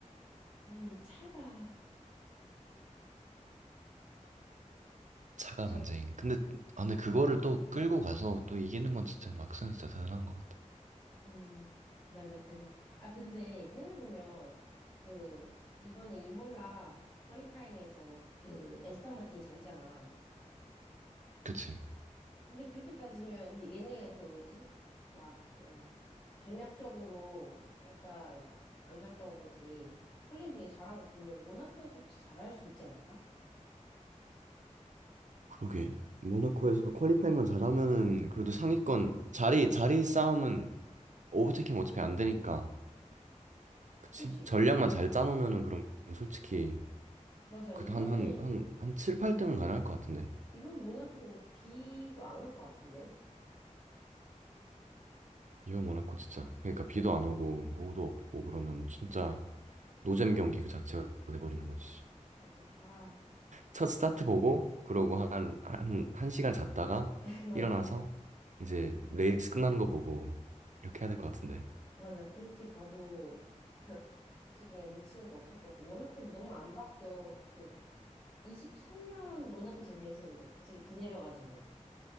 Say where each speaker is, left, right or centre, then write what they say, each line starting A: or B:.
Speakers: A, on the left; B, on the right.
A: 아, 이 차가,
B: 차가
A: 좀,
B: 문제인. 근데, 아, 근데 그거를 또 끌고 가서 또 이기는 건 진짜 막스는 진짜 대단한 것 같다.
A: 음, 맞아. 대단. 아, 근데 생각해보면, 그, 이번에 이몰라 퀄리파잉에서 그 에스턴 마틴이 잘했잖아.
B: 그치.
A: 근데 그렇게 따지면, 근데 얘네가 그 뭐지? 막 좀 전략적으로 약간 안 좋았던 거지. 컬린 되게 잘한 거 보면 모나코에서 혹시 잘할 수 있지 않을까?
B: 그러게. 모나코에서 퀄리파이만 잘하면은 그래도 상위권 자리 자리 싸움은 오버테이킹 어차피 안 되니까 그치?
A: 그치?
B: 전략만 잘 짜놓으면은 그럼 솔직히
A: 맞아.
B: 그
A: 이번에,
B: 한, 한, 한, 한 7, 8등은 가능할 것 같은데.
A: 이번 모나코 뭐 비도 안 올 것 같은데?
B: 이번 모나코 진짜. 그러니까 비도 안 오고 뭐도 없고 그러면 진짜 노잼 경기 그 자체가 돼버리는 거지.
A: 맞아. 아,
B: 첫 스타트 보고 그러고 한, 한, 한 시간 잤다가
A: <laughs> 맞아.
B: 일어나서 이제 레이스 끝나는 거 보고 이렇게 해야 될 것 같은데.
A: 맞아. 그렇게 봐도 솔직히 그냥 놓치는 거 없을 것 같아. 모나코 너무 안 바뀌어. 그 23년 모나코 제일 재밌었는데 갑자기 비 내려가지고.